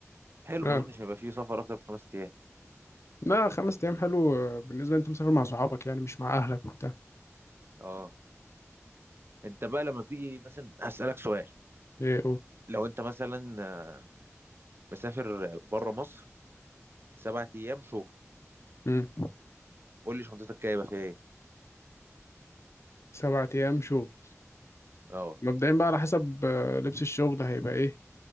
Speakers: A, on the right; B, on the left.
A: حلو
B: اه
A: ما اظنش هيبقى فيه سفر اكتر من خمس ايام
B: لا خمس ايام حلو آه، بالنسبه انت مسافر مع صحابك يعني مش مع اهلك وبتاع
A: اه انت بقى لما بتيجي مثلا هسألك سؤال
B: ايه اوه
A: لو انت مثلا آه، مسافر بره مصر سبع ايام شغل
B: امم
A: قول لي شنطتك جايبه فيها ايه
B: سبعة ايام شغل
A: اه
B: مبدئيا بقى على حسب آه، لبس الشغل هيبقى ايه